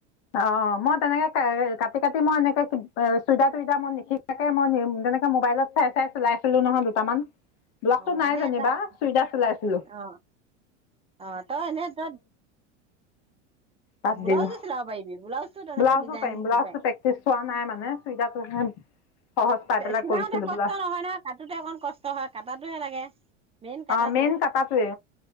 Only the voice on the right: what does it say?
অ,
সেই
তাৰ
অ', অ তই এনে য
ব্লাউজো
চিলাব পাৰিবি ব্লাউজটো তেনেকে
ডিজাইন
দি পায়
চিলাওতে
কষ্ট
নহয় ন কাটোতে অকণ কষ্ট হয় কটাটোহে লাগে <unintelligible> মেইন কটাটো